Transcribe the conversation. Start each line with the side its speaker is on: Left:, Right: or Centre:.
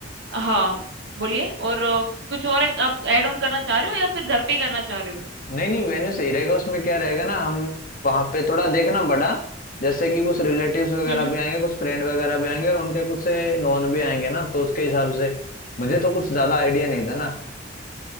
Right: हाँ बोलिए और अ, कुछ और एक आप ऐड ऑन करना चाह रहे हो या फिर घर पे ही करना चाह रहे हो
Left: नहीं नहीं वेन्यू सही रहेगा उसमें क्या रहेगा ना हम वहां पे थोड़ा देखना बड़ा जैसे कि कुछ रिलेटिव्स वगैरह
Right: हम्म हम्म।
Left: भी आएंगे कुछ फ्रेंड वगैरह भी आएंगे और उनके कुछ से नॉन भी आएंगे ना तो उसके हिसाब से मुझे तो कुछ ज्यादा आइडिया नहीं था ना